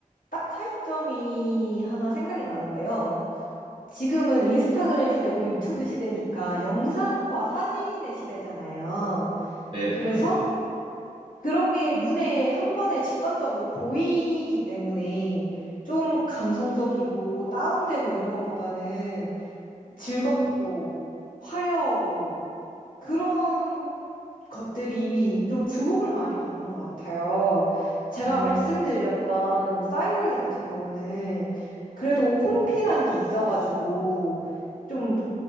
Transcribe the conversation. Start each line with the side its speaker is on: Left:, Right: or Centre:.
Left: 딱 차이점이 하나 생각이 나는데요. 지금은 인스타그램 시대고 유튜브 시대니까 영상과 사진의 시대잖아요.
Right: 네네,
Left: 그래서
Right: 맞아요.
Left: 그런 게 눈에 한 번에 직관적으로 보이기 때문에 좀 감성적이고 다운되고 이런 것보다는 즐겁고 화려하고 그런 것들이 좀 주목을 많이 받는 것 같아요. 제가
Right: 음,
Left: 말씀드렸던 싸이월드 같은 경우는 그래도 홈피라는 게 있어가지고 좀